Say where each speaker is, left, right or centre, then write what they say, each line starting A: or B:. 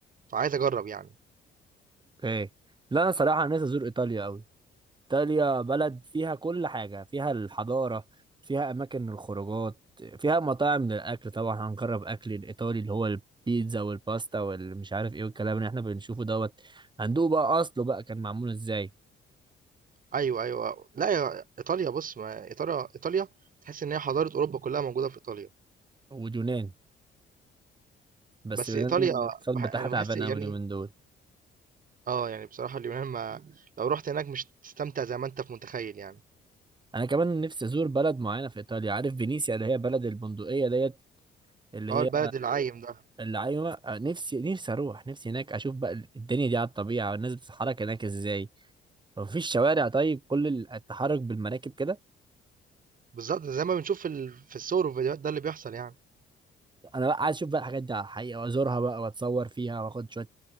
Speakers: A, on the right; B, on the right.
A: فعايز أجرّب يعني.
B: اوكي لا انا صراحه نفسي ازور ايطاليا قوي إيطاليا بلد فيها كل حاجة فيها الحضارة فيها أماكن الخروجات فيها مطاعم للأكل طبعا هنجرب أكل الإيطالي اللي هو البيتزا والباستا والمش عارف إيه والكلام اللي إحنا بنشوفه دوت هندوق بقى أصله بقى كان معمول إزاي
A: أيوه، أيوه، لأ يا إيطاليا بُص ما إيطاليا إيطاليا تحس إن هي حضارة أوروبا كلّها موجودة في إيطاليا،
B: واليونان بس
A: بس
B: اليونان
A: إيطاليا
B: الاقتصاد
A: باح
B: بتاعها
A: أنا
B: تعبان
A: باحس يعني
B: أوي اليومين دول
A: آه، يعني بصراحة اليونان ما لو رُحت هناك مش هتستمتع زي ما أنت متخيّل يعني،
B: أنا كمان نفسي أزور بلد معينة في إيطاليا عارف فينيسيا اللي هي بلد البندقية ديت اللي
A: آه، البلد
B: هي
A: العايم ده،
B: اللي أيوة نفسي نفسي أروح نفسي هناك أشوف بقى الدنيا دي على الطبيعة والناس بتتحرك هناك إزاي مفيش شوارع طيب كل ال- التحرك بالمراكب كده
A: بالضبط زي ما بنشوف في ال في الصور والفيديوهات ده اللي بيحصل يعني.
B: انا بقى عايز اشوف بقى الحاجات دي على الحقيقه وازورها بقى واتصور فيها واخد شويه